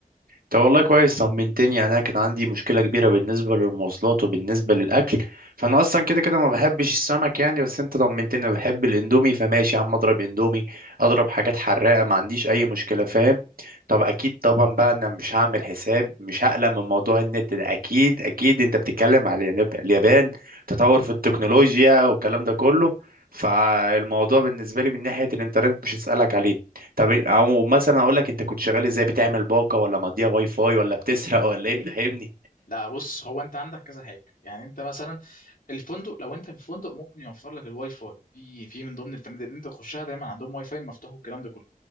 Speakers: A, on the right (about 80°); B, on the left (about 75°).
A: طب والله كويس طمنتني يعني انا كان عندي مشكله كبيره بالنسبه للمواصلات وبالنسبه للاكل فانا اصلا كده كده ما بحبش السمك يعني بس انت طمنتني انا بحب الاندومي فماشي يا عم اضرب اندومي اضرب حاجات حراقه ما عنديش اي مشكله فاهم طب اكيد طبعا بقى انا مش هعمل حساب مش هقلق من موضوع النت ده اكيد اكيد انت بتتكلم على الياب- اليابان تطور في التكنولوجيا والكلام ده كله فالموضوع بالنسبه لي من ناحيه الانترنت مش هسالك عليه طب إيه- او مثلا اقول لك انت كنت شغال ازاي بتعمل باقه ولا مضيع واي فاي ولا بتسرق ولا ايه فهمني
B: لا بص هو انت عندك كذا حاجه يعني انت مثلا الفندق لو انت في فندق ممكن يوفر لك الواي فاي في في من ضمن الفنادق اللي انت تخشها دايما عندهم واي فاي مفتوح والكلام ده كله